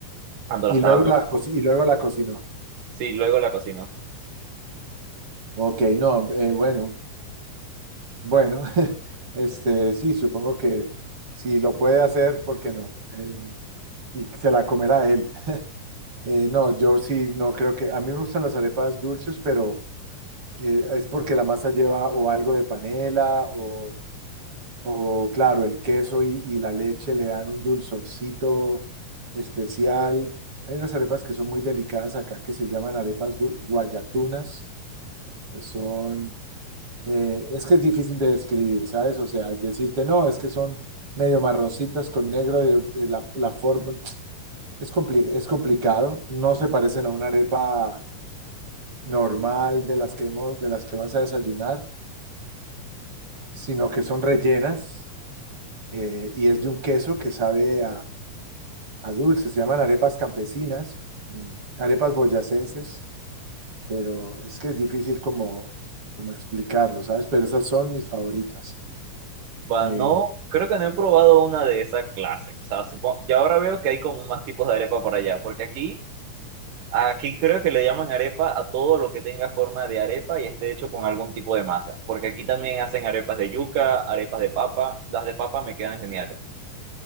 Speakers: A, on the right; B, on the right.
A: cuando
B: Y
A: la estaba
B: luego
A: preparando.
B: la, co- y luego la cocinó.
A: Sí, luego la cocinó.
B: Ok, no, eh, bueno, bueno, <laughs> este, sí, supongo que si lo puede hacer, ¿por qué no? Eh, y se la comerá él. Eh, no, yo sí, no creo que, a mí me gustan las arepas dulces, pero eh, es porque la masa lleva o algo de panela o O claro, el queso y, y la leche le dan un dulzorcito especial. Hay unas arepas que son muy delicadas acá que se llaman arepas gu- guayatunas. que Son, eh, es que es difícil de describir, ¿sabes? O sea, decirte, no, es que son medio marroncitas con negro de, de la, la forma. Es compli- es complicado. No se parecen a una arepa normal de las que hemos, de las que vas a desayunar, sino que son rellenas eh, y es de un queso que sabe a dulces, se llaman arepas campesinas, mm, arepas boyacenses, pero es que es difícil como, como explicarlo, ¿sabes? Pero esas son mis favoritas.
A: Va,
B: Eh,
A: no, creo que no he probado una de esas clases. O sea, supongo, y ahora veo que hay como más tipos de arepa por allá, porque aquí, aquí creo que le llaman arepa a todo lo que tenga forma de arepa y esté hecho con algún tipo de masa. Porque aquí también hacen arepas de yuca, arepas de papa. Las de papa me quedan geniales.